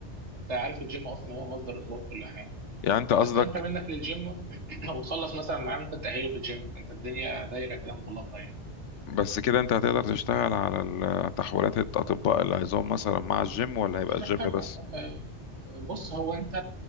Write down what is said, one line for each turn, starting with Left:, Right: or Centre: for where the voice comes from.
Right: انت عارف الجيم اصلا هو مصدر الاصابات كلها يعني
Left: يعني انت
Right: انت
Left: قصدك
Right: تبقى انت منك للجيم <coughs> <clears throat> وتخلص مثلا معاه ممكن تاهله في الجيم انت الدنيا دايره كده مغلقه يعني
Left: بس كده انت هتقدر تشتغل على ال- تحويلات الاطباء اللي عايزهم مثلا مع الجيم ولا هيبقى الجيم
Right: حاجه
Left: بس
Right: آه، بص هو انت